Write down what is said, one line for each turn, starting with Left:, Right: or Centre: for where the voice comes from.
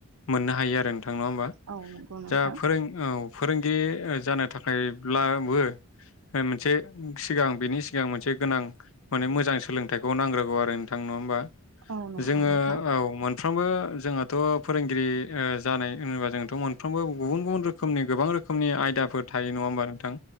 Left: मोननो हायो आरो नोंथां नङा होमबा
Right: औ नंगौ नोंथां
Left: जा फोरों औ फोरोंगिरि ओ जानो थाखायब्लाबो मोनसे सिगां बिनि सिगां मोनसे गोनां माने मोजां सोलोंथाइखौ नांग्रोगौ आरो नोंथां नङा होमबा
Right: औ नंगौ
Left: जोङो
Right: नोंथां
Left: औ मोन फ्रामबो जोंहाथ' फोरोंगिरि ओ जानाय होनोबा जों थ' मोनफ्रामबो गुबुन गुबुन रोखोमनि गोबां रोखोमनि आयदाफोर थायो नङा होमबा नोंथां